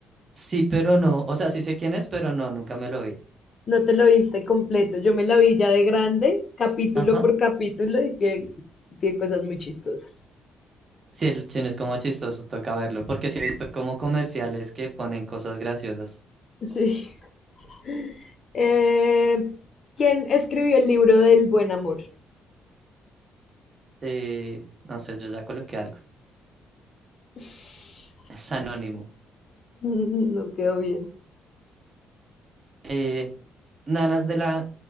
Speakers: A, on the right (about 40°); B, on the left (about 45°).
A: Sí, pero no. O sea, sí sé quién es, pero no, nunca me lo vi.
B: No te lo viste completo. Yo me la vi ya de grande, capítulo
A: Ajá.
B: por capítulo, y tiene, tiene cosas muy chistosas.
A: Sí, el chino es como chistoso, toca verlo, porque sí he visto como comerciales que ponen cosas graciosas.
B: Sí. <laughs> Eh, ¿quién escribió el libro del buen amor?
A: Eh, no sé, yo ya coloqué algo. <laughs>
B: <laughs>
A: Es anónimo.
B: Mm, No quedó bien.
A: Eh, Nanas de la...